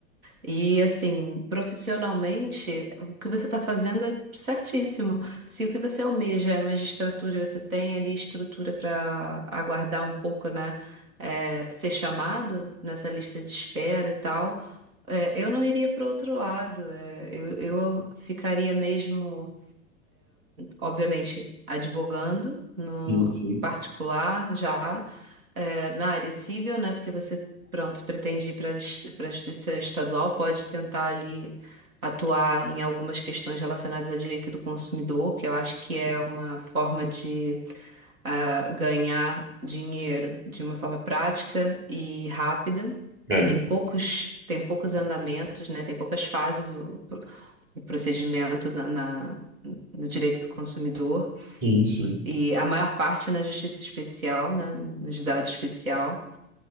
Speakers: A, on the right (about 75°); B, on the right (about 30°).
A: E assim, profissionalmente, o que você está fazendo é certíssimo. Se o que você almeja é magistratura e você tem ali estrutura para aguardar um pouco, né? eh, Ser chamado nessa lista de espera e tal, eh, eu não iria para outro lado. eh, Eu, eu ficaria mesmo obviamente, advogando no
B: Sim, sim.
A: particular já é, na área civil, né? Porque você, pronto, pretende ir para para a justiça estadual, pode tentar ali atuar em algumas questões relacionadas a direito do consumidor, que eu acho que é uma forma de ah, ganhar dinheiro de uma forma prática e rápida.
B: É.
A: Tem poucos, tem poucos andamentos, né? Tem poucas fases o, o procedimento na, na- no direito do consumidor
B: Sim, sim.
A: e a maior parte na justiça especial, né, no juizado especial.